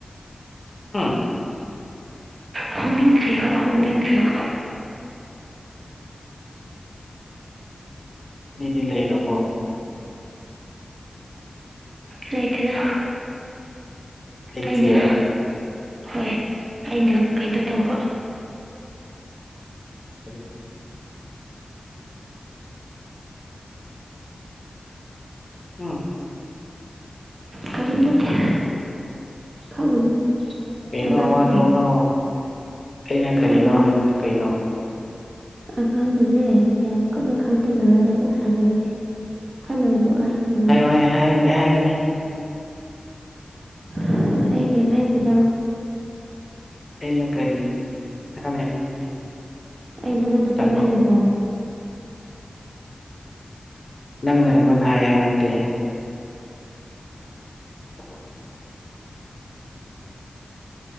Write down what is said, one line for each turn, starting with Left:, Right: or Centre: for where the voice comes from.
Left: <unintelligible>
Right: ꯍꯣꯡꯅꯤꯡ ꯗ꯭ꯔꯤꯕ ꯍꯣꯡꯅꯤꯡꯗ꯭ꯔꯤꯕ
Left: ꯃꯤꯗꯤ ꯂꯩꯔꯕꯣ
Right: ꯂꯩꯇꯦꯗ
Left: ꯂꯩꯇꯤꯌꯦ
Right: ꯑꯩꯅ ꯍꯣꯏ ꯑꯩꯅ ꯀꯩꯅꯣ ꯇꯧꯕ
Left: <unintelligible> ꯎꯝ
Right: ꯀꯔꯤꯝ ꯇꯦꯠꯇꯦ ꯈꯪꯉꯨꯅꯨ
Left: ꯀꯩꯅꯣ
Right: ꯑꯉꯥꯡꯅ
Left: ꯋꯥꯗꯣ
Right: ꯌꯥꯝ
Left: ꯉꯥꯡꯉꯣ ꯑꯩꯅ ꯀꯔꯤꯅꯣ
Right: ꯑꯉꯥꯡ
Left: ꯍꯥꯏꯕꯗꯨ ꯀꯩꯅꯣ
Right: ꯑꯉꯥꯡꯅꯅꯦ ꯌꯥꯝ ꯀꯟꯅ ꯈꯪꯖꯤꯜꯂꯒ ꯅꯀꯣꯛ ꯁꯥꯟꯅꯕꯅꯤ ꯈꯜꯂꯣꯅꯣ ꯑꯍꯟꯒꯤ ꯋꯥꯗꯣ
Left: ꯍꯥꯏꯌꯣꯅꯦ ꯍꯥꯏꯌꯣꯅꯦ ꯍꯥꯏꯌꯣꯅꯦ
Right: <unintelligible> ꯑꯩ ꯀꯦꯝ ꯍꯥꯏꯗꯦꯗ
Left: ꯑꯩꯩꯅ ꯀꯔꯤ <unintelligible>
Right: ꯑꯩ ꯅꯪꯉꯣꯟꯗ
Left: ꯇꯝꯃꯣ
Right: ꯀꯩꯝ ꯍꯥꯏꯗꯦꯀꯣ
Left: ꯅꯪꯅ ꯑꯩꯉꯣꯟꯗ ꯍꯥꯏ ꯍꯥꯏꯕ ꯅꯠꯇꯦ <unintelligible>